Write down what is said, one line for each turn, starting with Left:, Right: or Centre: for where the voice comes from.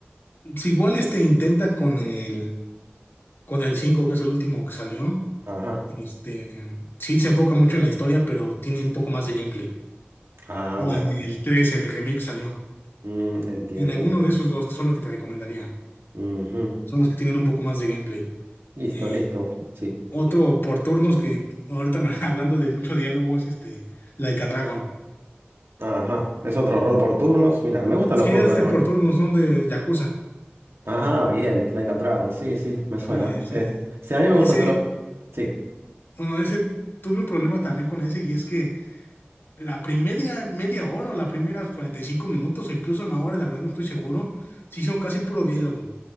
Left: Si igual este intenta con el con el 5 que es el último que salió.
Right: Ajá.
Left: Este, sí se enfoca mucho en la historia, pero tiene un poco más de gameplay.
Right: Ah,
Left: O
Right: bueno.
Left: en el 3 el remake salió.
Right: Mm, entiendo,
Left: En alguno
Right: entiendo.
Left: de esos dos son los que te recomendaría.
Right: Ujú.
Left: Son los que tienen un poco más de gameplay.
Right: Listo,
Left: Eh,
Right: listo. Sí.
Left: otro por turnos que ahorita me- <laughs> hablando de mucho diálogo es este Like a Dragon.
Right: Ajá. Es otro rol por turnos. Mira, me gustan
Left: Sí
Right: los juegos
Left: es
Right: de
Left: de
Right: rol.
Left: por turnos, son de Yakuza.
Right: Ajá, bien. Like a Dragon. Sí, sí, me
Left: Ajá,
Right: suena.
Left: ese,
Right: Es- Sí, a mí me
Left: ese,
Right: gusta todo lo... Sí.
Left: bueno, ese tuve un problema también con ese y es que la primera media hora o las primeras 45 minutos o incluso una hora, la verdad no estoy seguro, sí son casi puro diálogo